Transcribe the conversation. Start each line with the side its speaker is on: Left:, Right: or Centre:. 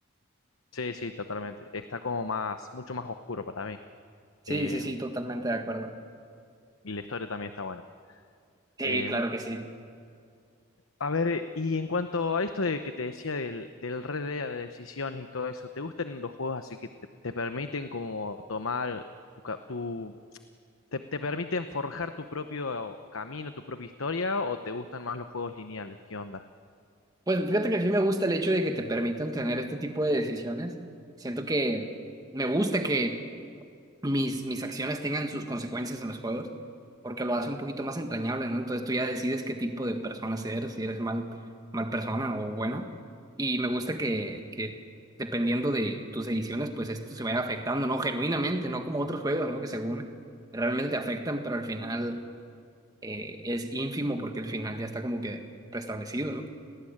Left: Sí, sí, totalmente. Está como más, mucho más oscuro para mí.
Right: Sí,
Left: Eh,
Right: sí, sí, totalmente de acuerdo.
Left: y la historia también está buena.
Right: Sí,
Left: Eh,
Right: claro que sí.
Left: a ver, y en cuanto a esto de que te decía del, del Red Dead de decisiones y todo eso, ¿te gustan los juegos así que te, te permiten como tomar tu, ca- tu- te, te permiten forjar tu propio camino, tu propia historia, o te gustan más los juegos lineales? ¿Qué onda?
Right: Pues fíjate que sí me gusta el hecho de que te permitan tener este tipo de decisiones. Siento que me gusta que mis, mis acciones tengan sus consecuencias en los juegos, porque lo hace un poquito más entrañable, ¿no? Entonces tú ya decides qué tipo de persona eres, si eres mal, mal persona o buena. Y me gusta que, que dependiendo de tus ediciones, pues esto se vaya afectando, ¿no? Genuinamente, no como otros juegos, ¿no? Que según realmente te afectan, pero al final eh, es ínfimo porque el final ya está como que preestablecido, ¿no?